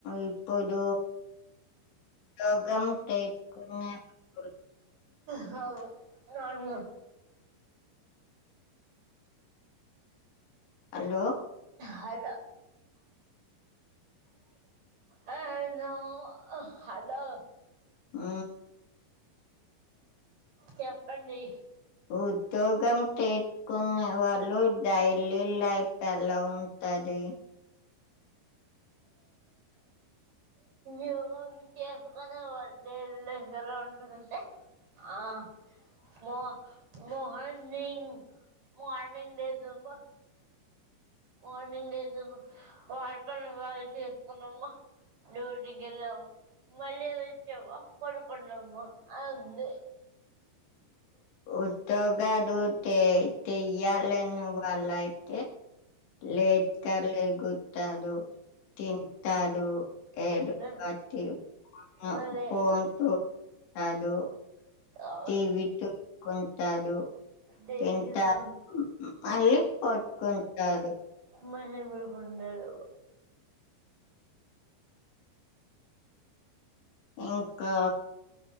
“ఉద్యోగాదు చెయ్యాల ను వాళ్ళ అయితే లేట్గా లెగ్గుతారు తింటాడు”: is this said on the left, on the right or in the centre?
Left